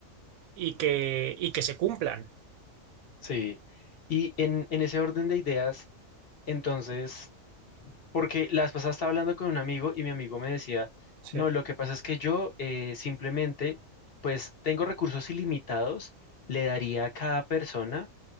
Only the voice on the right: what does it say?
y que, y que se cumplan.
Sí,